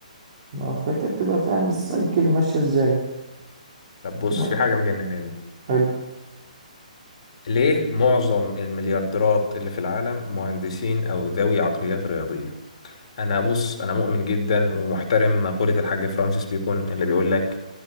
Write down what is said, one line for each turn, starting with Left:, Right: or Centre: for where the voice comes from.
Right: تمام؟ فانت بتبقى فاهم السايكل ماشية ازاي
Left: طب بص
Right: تمام؟
Left: في حاجة مجنناني
Right: حلو
Left: ليه معظم المليارديرات اللي في العالم مهندسين او ذوي عقليات رياضية انا بص انا مؤمن جدا ومحترم مقولة الحاج فرانسيس بيكون اللي بيقول لك